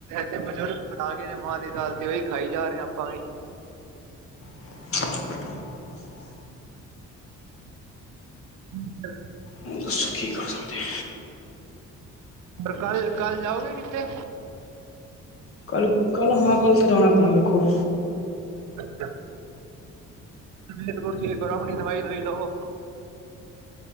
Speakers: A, on the right; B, on the left.
A: ਤੇ' ਬਜ਼ੁਰਗ ਬਣਾ ਗਏ ਨੇ ਮਾਅ ਦੀ ਦਾਲ ਤੇ ਉਹੀ ਖਾਈ ਜਾ ਰੈਹ ਹਾਂ ਆਪਾਂ ਵੀ
B: <inaudible>
A: ਹੂੰ
B: ਹੁਨ ਦੱਸੋ ਕਿ ਕਰ ਸਕਦੇ ਆ
A: ਪਰ ਕੱਲ-ਕੱਲ ਜਾਓਗੇ ਕਿੱਥੇ
B: ਕੱਲ-ਕੱਲ ਹਾਂ ਕੱਲ ਤੋਂ ਜਾਣਾ ਪੈਣਾ ਦੇਖੋ
A: ਅੱਛਾ, ਜ਼ਰੂਰ ਠੀਕ ਕਰੋ ਆਪਣੀ ਦਵਾਈ ਦੇਖ ਲੋ